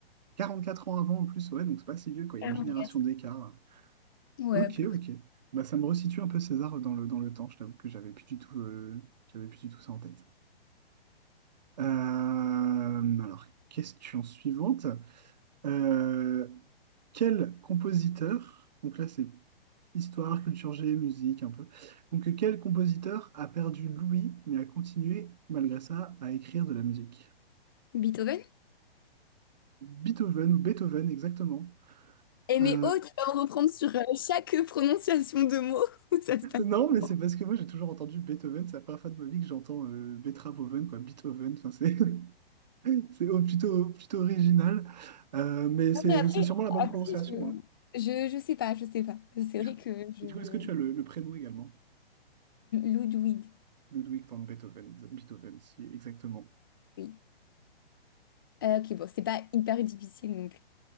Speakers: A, on the right (about 45°); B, on the left (about 20°).
A: 44 ans avant en plus, ouais, donc c'est pas si vieux, quoi.
B: 44.
A: Il y a une génération d'écart.
B: Ouais,
A: Ok,
B: à peu
A: ok.
B: près.
A: Bah, ça me resitue un peu César dans le, dans le temps. Je t'avoue que j'avais plus du tout, euh, j'avais plus du tout ça en tête. Euh, alors, question suivante. Euh, quel compositeur, donc là c'est histoire, culture G, musique un peu, donc quel compositeur a perdu l'ouïe mais a continué malgré ça à écrire de la musique?
B: Beethoven?
A: Beethoven ou Beethoven, exactement.
B: Eh
A: Euh,
B: mais oh, tu vas en reprendre sur euh, chaque prononciation de mot. <laughs> Ça se passe.
A: non,
B: comment?
A: mais c'est parce que moi j'ai toujours entendu Beethoven, c'est la première fois de ma vie que j'entends euh, Beethoven, quoi, Beethoven, enfin, c'est <laughs> c'est au- plutôt, plutôt original, Euh, mais c'est
B: Non, mais après,
A: c'est sûrement la bonne
B: après
A: prononciation.
B: je,
A: hein.
B: je, je sais pas, je sais pas. C'est
A: Du
B: vrai
A: coup,
B: que je...
A: et du coup, est-ce que tu as le, le prénom également?
B: Ludwig,
A: Ludwig van Beethoven, exa- Beethoven, si, exactement.
B: oui. Euh, ok, bon, c'est pas hyper difficile non plus.